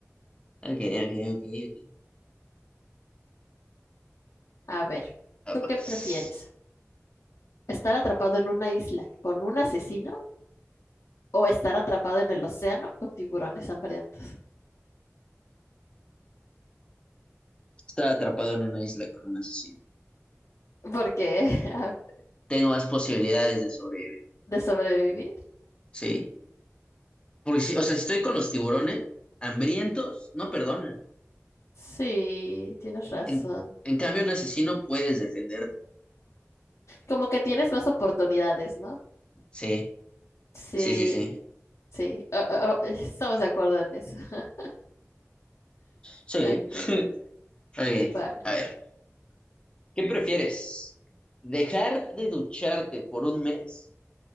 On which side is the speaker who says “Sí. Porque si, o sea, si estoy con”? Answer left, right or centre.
Left